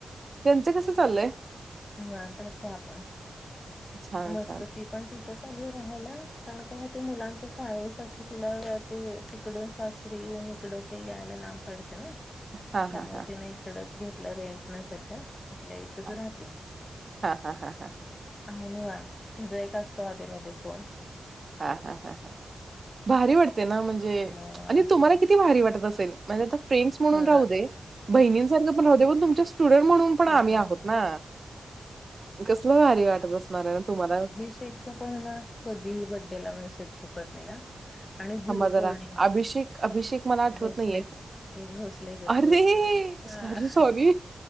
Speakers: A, on the right; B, on the left.
A: त्यांचं कसं चाललंय?
B: निवडतात त्या पण.
A: छान,
B: मस्त
A: छान.
B: ती पण तथच आली राहायला. कारण त्या होते मुलांच्या शाळेसाठी तिला ते तिकडून सासरी येऊन इकड ते यायला लांब पडते ना.
A: हां,
B: त्यामुळे
A: हां, हां,
B: तिने इकडच घेतलं रेंट ने सध्या. आपल्या इथच
A: हां.
B: राहते.
A: हां, हां, हां, हां,
B: आणि वा तिचा एक असतो अधेमधे फोन.
A: हा हा हा हा. भारी वाटते ना. म्हणजे
B: मग
A: आणि तुम्हाला किती भारी वाटत अस सेल. माझ्या तर फ्रेंड्स म्हणून
B: खरंच
A: राहू दे, बहिणींसारखं पण राहू दे. पण तुमचं सु स्टुडंट म्हणून पण
B: मग
A: आम्ही आहोत ना. कसलं भारी वाटत असणार आहे ना तुम्हाला.
B: शेखच पण ना कधीही बड्डेला मेसेज चुकत नाही ह. आणि गुरुपौर्णिमा
A: थांबा जरा अभिषेक अभिषेक मला आठवत
B: भोसले.
A: नाहीये.
B: हे भोसले ग
A: अरे!
B: तो. हं
A: सॉरी, सॉरी.